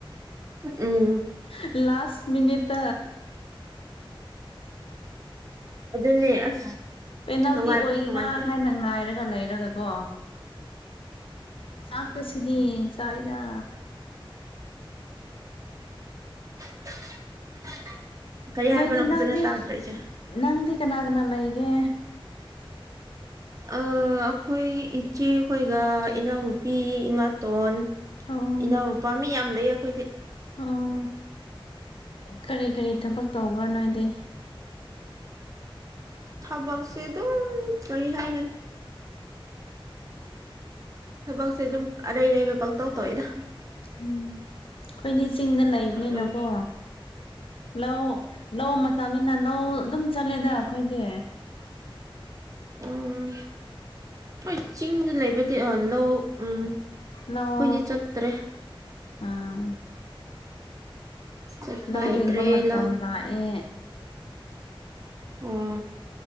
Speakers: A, on the right; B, on the left.
A: ꯎꯝ
B: ꯀ꯭ꯂꯥꯁ ꯃꯤꯅꯤꯠ
A: ꯑꯗꯨꯅꯦ ꯑꯁ
B: ꯄꯦꯅꯥꯜꯇꯤ
A: ꯅꯨꯡꯉꯥꯏꯕꯗꯤ
B: ꯑꯣꯏꯒꯦꯔꯥ
A: ꯅꯨꯡꯉꯥꯏꯇꯦ
B: ꯍꯥꯏꯅ ꯉꯥꯏꯔꯒ ꯂꯩꯔꯒ ꯀꯣ ꯆꯥꯛꯄꯁꯤꯗꯤ ꯆꯗ
A: <inaudible>
B: ꯅꯣꯏꯗꯤ
A: ꯍꯥꯏꯕꯅꯣ ꯐꯖꯅ
B: ꯅꯪꯗꯤ
A: ꯇꯥꯗ꯭ꯔꯦ ꯏꯆꯦ
B: ꯅꯪꯗꯤ ꯀꯅꯥ ꯀꯅꯥ ꯂꯩꯒꯦ
A: ꯑꯩꯈꯣꯏ ꯏꯆꯦ ꯍꯣꯏꯒ ꯏꯅꯥꯎꯅꯨꯄꯤ ꯏꯃꯥꯇꯣꯟ
B: ꯑꯣ
A: ꯏꯅꯥꯎꯅ ꯅꯨꯄꯥ ꯃꯤ ꯌꯥꯝ ꯂꯩ ꯑꯩꯈꯣꯏꯗꯤ
B: ꯑꯣ ꯀꯔꯤ ꯀꯔꯤ ꯊꯕꯛ ꯇꯧꯕ꯭ꯔꯥꯅꯅꯥ ꯍꯥꯏꯗꯦ
A: ꯍꯕꯕꯨ ꯁꯤ ꯑꯗꯨ ꯀꯔꯤ ꯍꯥꯏꯒꯅꯤ ꯊꯕꯛꯁꯦ ꯑꯗꯨꯝ ꯑꯔꯩ ꯑꯔꯩꯕ ꯄꯪꯇꯧ ꯇꯧꯏꯗ
B: ꯎꯝ ꯑꯩꯈꯣꯏꯗꯤ ꯆꯤꯡꯗ ꯂꯩꯕꯅꯤꯅꯀꯣ
A: ꯑꯗꯨꯝ
B: ꯂꯧ ꯂꯧ ꯃꯇꯝꯅꯤꯅ ꯂꯧ ꯑꯗꯨꯝ ꯆꯠꯂꯦꯗ ꯑꯩꯈꯣꯏꯗꯤ
A: ꯎꯝ ꯍꯣꯏ ꯆꯤꯡꯗ ꯂꯩꯕꯗꯤ ꯑ ꯂꯧ ꯎꯝ ꯑꯩꯈꯣꯏꯗꯤ
B: ꯂꯧ
A: ꯆꯠꯇ꯭ꯔꯦ
B: ꯑꯥ
A: ꯆꯄ
B: ꯂꯧ
A: ꯍꯥꯏꯗ꯭ꯔꯦꯂꯣ
B: ꯂꯤꯡꯕ ꯃꯇꯝ ꯂꯥꯛꯑꯦ
A: ꯑꯣ